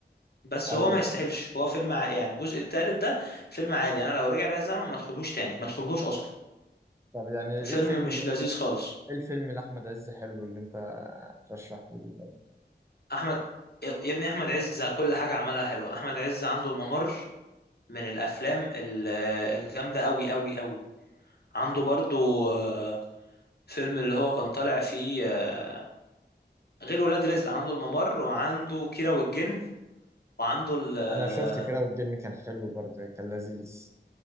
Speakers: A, on the left; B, on the right.
A: بس
B: ايوه
A: هو ما يستاهلش هو فيلم ع... يعني الجزء التالت ده فيلم عادي أنا لو رجع بقى الزمن ما ادخلهوش تاني ما ادخلهوش أصلا
B: طب يعني
A: فيلم
B: ايه الفيلم
A: مش لذيذ خالص
B: ايه الفيلم لاحمد عز حلو اللي انت ترشحه لي طيب
A: احمد يا يا ابني احمد عز كل حاجه عملها حلوه احمد عز عنده الممر من الافلام ال- الجامده قوي قوي قوي عنده برضو آه، فيلم اللي هو كان طالع فيه آه، غير ولاد رزق عنده الممر وعنده كيرة والجن وعنده ال اه
B: انا شفت كده والجن كان حلو برضه يعني كان لذيذ